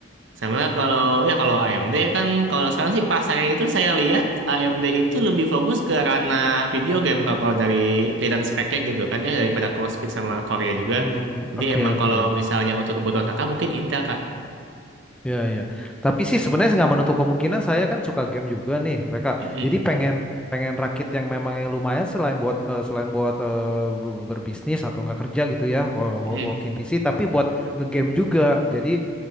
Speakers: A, on the right; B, in the centre.
A: Sama kalau ya kalau AMD kan kalau sekarang sih pasarnya itu saya lihat AMD itu lebih fokus ke ranah video game kalau kalau dari kelihatan speknya gitu kan ya daripada close Closepik sama Korea juga.
B: Hmm,
A: Jadi
B: oke
A: emang
B: oke.
A: kalau misalnya untuk kebutuhan kakak mungkin Intel kak.
B: Ya, ya. Tapi sih sebenarnya nggak menutup kemungkinan saya kan suka game juga nih, mereka.
A: Mm-mm.
B: Jadi pengen pengen rakit yang memang yang lumayan selain buat eh, selain buat eh, berbisnis atau nggak kerja gitu ya, wo-
A: Mm-mm.
B: wo- working PC, tapi buat ngegame juga. Jadi